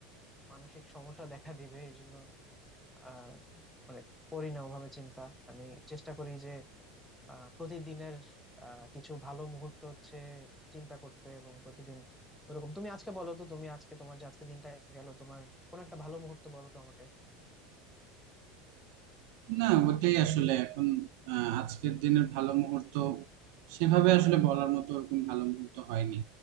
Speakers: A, in the centre; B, on the right (about 70°).
A: মানসিক সমস্যা দেখা দিবে এই জন্য আহ মানে করি না ওভাবে চিন্তা আমি চেষ্টা করি যে আহ প্রতিদিনের আহ কিছু ভালো মুহূর্ত হচ্ছে চিন্তা করতে এবং প্রতিদিন ওরকম তুমি আজকে বলো তো তুমি আজকে তোমার যে আজকে দিনটা গেল তোমার কোন একটা ভালো মুহূর্ত বলো তো আমাকে
B: না ওটাই আসলে এখন আহ, আজকের দিনের ভালো মুহূর্ত সেভাবে আসলে বলার মতো ওরকম ভালো মুহূর্ত হয়নি